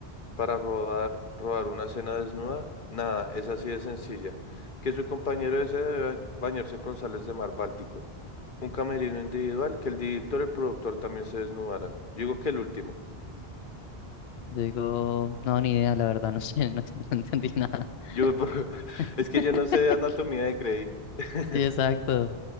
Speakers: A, on the left (about 55°); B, on the left (about 75°).
A: para robar, robar una cena desnuda? Nada, es así de sencilla. Que su compañero desee debe bañarse con sales de mar Báltico. Un camerino individual, que el director y el productor también se desnudaran. Yo Digo que el último.
B: Yo digo, no, ni idea, la verdad, no <laughs> sé, no, no entendí nada.
A: Yo, <laughs>
B: <laughs>
A: es que yo no sé anatomía de Grey. <laughs>
B: Sí, exacto.